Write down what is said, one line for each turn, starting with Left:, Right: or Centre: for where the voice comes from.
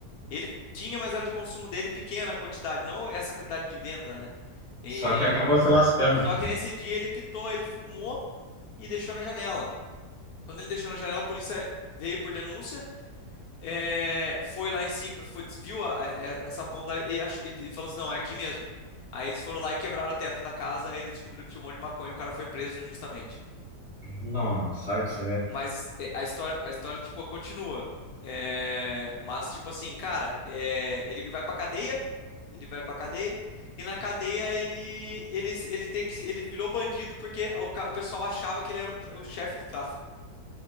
Left: ele tinha, mas era de consumo dele pequena quantidade, não essa quantidade de venda, né? E-
Right: Só que acabou se lascando.
Left: só que nesse dia ele pitou, ele fumou e deixou na janela. Quando ele deixou na janela, a polícia veio por denúncia. É, foi lá em cima, foi- viu a- é- é- essa ponta e, achou- e- e falou assim: não, é aqui mesmo. Aí eles foram lá e quebraram o teto da casa, aí ele descobriu que tinha um monte de maconha e o cara foi preso injustamente.
Right: Nossa, sabe o que você vê?
Left: Mas é, a história, a história, tipo, continua. É, mas, tipo assim, cara, é, ele vai pra cadeia, ele vai pra cadeia, e na cadeia ele, ele, ele tem que, se- ele virou bandido porque o, ca- o pessoal achava que ele era o, tra- o chefe do tráfico.